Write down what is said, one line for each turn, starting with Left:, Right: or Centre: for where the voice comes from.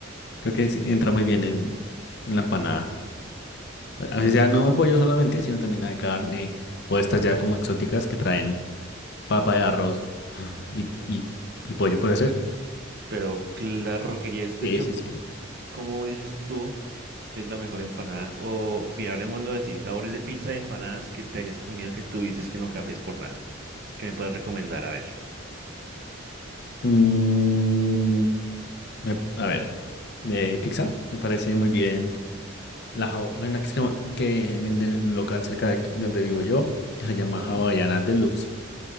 Left: Creo que sí entra muy bien en, en la empanada. A- Así
Right: Em,
Left: sea, no de pollo solamente, sino también la de carne. O estas ya como exóticas que traen papa de arroz <sighs> y, y, y pollo, puede ser.
Right: Pero claro que ya es, de
Left: Sí,
Right: hecho.
Left: sí, sí.
Right: ¿Cómo dices tú que es la mejor empanada? O bien, hablemoslo de sí, sabores de pizza y empanadas que te hayas comido que tú dices que no cambias por nada. que me puedas recomendar? A ver.
Left: Mm, Me- a ver, de pizza, me parece muy bien. La, hao- hay una que, se llama- que venden en un local cerca de aquí, donde vivo yo, que
Right: Ujú,
Left: se llama Hawaiana Deluxe,